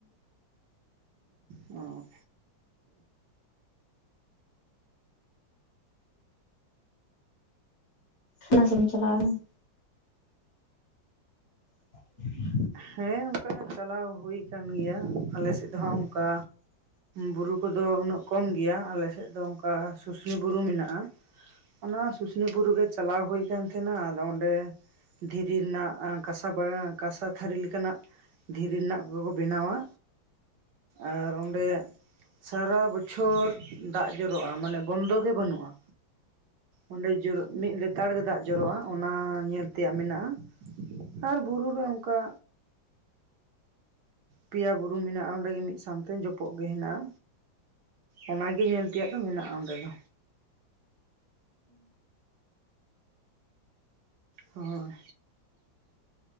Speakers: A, on the right; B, on the left.
A: ᱚ
B: ᱦ ᱥᱢ ᱪᱟᱞᱟᱜ <unintelligible> <inaudible>
A: ᱦᱮᱸ ᱚᱱᱠᱟ ᱪᱟᱞᱟᱣ ᱦᱩᱭ ᱠᱟᱱ ᱜᱮᱭᱟ ᱟᱞᱮᱥᱮᱫ ᱦᱚᱸ ᱚᱱᱠᱟ ᱵᱩᱨᱩ ᱠᱚᱫᱚ ᱩᱱᱟᱹᱜ ᱠᱚᱢ ᱜᱮᱭᱟ ᱟᱞᱮᱥᱮᱫ ᱫᱚ ᱚᱱᱠᱟ ᱥᱩᱥᱱᱤ ᱵᱩᱨᱩ ᱢᱮᱱᱟᱜ-ᱟ᱾ ᱚᱱᱟ ᱥᱩᱥᱱᱤ ᱵᱩᱨᱩ ᱜᱮ ᱪᱟᱞᱟᱣ ᱦᱩᱭ ᱠᱟᱱ ᱛᱟᱦᱮᱸᱱᱟ ᱟᱫᱚ ᱚᱸᱰᱮ ᱫᱷᱤᱨᱤ ᱨᱮᱱᱟᱜ ᱠᱟᱸᱥᱟ ᱵᱟᱲᱟ ᱠᱟᱸᱥᱟ ᱛᱷᱟᱹᱨᱤ ᱞᱮᱠᱟᱱᱟᱜ ᱫᱷᱤᱨᱤ ᱨᱮᱱᱟᱜ ᱠᱚᱜᱮ ᱠᱚ ᱵᱮᱱᱟᱣᱟ ᱟᱨ ᱚᱸᱰᱮ ᱥᱟᱨᱟ ᱵᱚᱪᱷᱚᱨ ᱫᱟᱜ ᱡᱚᱨᱚᱜ-ᱟ᱾ ᱢᱟᱱᱮ ᱵᱚᱱᱫᱚ ᱜᱮ ᱵᱟᱹᱱᱩᱜ-ᱟ᱾ ᱚᱸᱰᱮ ᱢᱤᱫ ᱞᱮᱛᱟᱲ ᱜᱮ ᱫᱟᱜ ᱡᱚᱨᱚᱜ-ᱟ ᱚᱱᱟ ᱧᱮᱞ ᱛᱮᱭᱟᱜ ᱢᱮᱱᱟᱜ-ᱟ᱾ ᱟᱨ ᱵᱩᱨᱩ ᱨᱮ ᱚᱱᱠᱟ ᱯᱮᱭᱟ ᱵᱩᱨᱩ ᱢᱮᱱᱟᱜ-ᱟ ᱚᱸᱰᱮᱜᱮ ᱢᱤᱫ ᱥᱟᱶᱛᱮ ᱡᱚᱯᱚᱜ ᱜᱮ ᱦᱮᱱᱟᱜ-ᱟ᱾ ᱚᱱᱟᱜᱤ ᱧᱮᱞ ᱛᱮᱭᱟᱜ ᱫᱚ ᱢᱮᱱᱟᱜ-ᱟ ᱚᱸᱰᱮ ᱫᱚ᱾ ᱦᱳᱭ